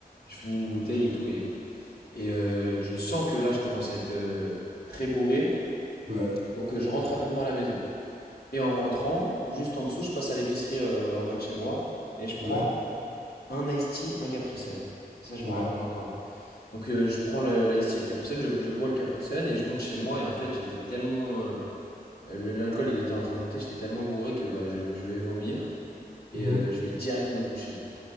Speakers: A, on the left (about 75°); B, on the right (about 40°).
A: je finis une bouteille et tout, et, et euh, je sens que là, je commence à être euh, très bourré.
B: ouais,
A: Donc euh, je rentre rapidement à la maison. Et en rentrant, juste en dessous, je passe à l'épicerie euh, en bas de chez moi et je prends
B: ouais,
A: un iced tea, un Capri Sun. Et ça, je
B: ouais,
A: m'en rappelle encore. Donc, euh, je prends le- l'iced tea et le Capri Sun, je, je bois le Capri Sun et je monte chez moi. Et en fait, j'étais tellement. euh, euh, le- l'alcool, il était en train de monter, j'étais tellement bourré que bah, je, je vais vomir et
B: mhm,
A: euh, je vais direct me coucher.